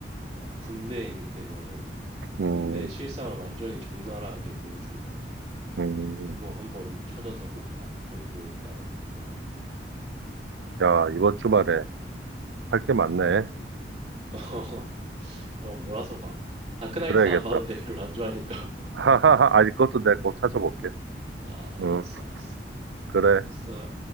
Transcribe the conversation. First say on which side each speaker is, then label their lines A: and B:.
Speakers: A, on the right; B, on the right.
A: 어, 군대 얘긴데 그거는
B: 음,
A: 군대 실상을 완전히 적나라하게 보여준 거라서
B: 음.
A: 그거 한번 찾아서 꼭 봐봐. 그것도 나름 볼만해.
B: 야, 이번 주말에 할 게 많네.
A: 음. <laughs> 어. 한 몰아서 봐. 다크나이트는
B: 그래야겠다.
A: 안 봐도 돼. <laughs> 별로 안 좋아하니까.
B: <laughs> 하하하, 아니, 그것도 내가 꼭 찾아볼게.
A: <laughs> 아, 알았어,
B: 응,
A: 알았어.
B: 그래.
A: 알았어.